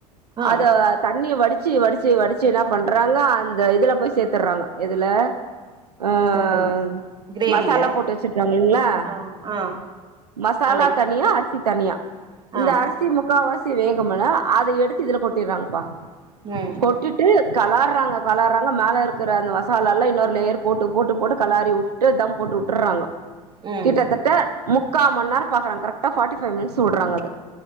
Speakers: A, on the right (about 20°); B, on the right (about 85°).
A: ஆ
B: அத தண்ணிய வடிச்சு. வடிச்சு வடிச்சு வடிச்சு என்ன பண்றாங்க அந்த இதுல போய் சேர்த்துறாங்க. இதுல உஹஹஹ
A: சோ கிரேவில
B: மசாலா போட்டு வச்சுருக்காங்கில்லைங்களா
A: ஆ ஆ
B: மசாலா
A: அந்த
B: தனியா அரச் அரிசி தனியா. இந்த
A: ஆ
B: அரிசி முக்காவாசி. தி வேகுமல அத எடுத். து இதுல கொட்டிறாங்கப்பா.
A: ம்
B: கொட்டிட்டு களர்றாங்க களர். றாங்க மேல இருக்கிற அந்த மசாலா எல்லாம் இன்னொரு லேயர் போட்டு போட்டு போட்டு களாறி வுட்டுட்டு தம் போட்டு வுட்டுறாங்க.
A: ம்
B: கிட்டத்தட்ட. முக்கா மன்னேரோ பாக்குறாங்க கரெக்டா ஃபார்ட்டி ஃபைவ் மினிட்ஸ் வுடுறாங்க அத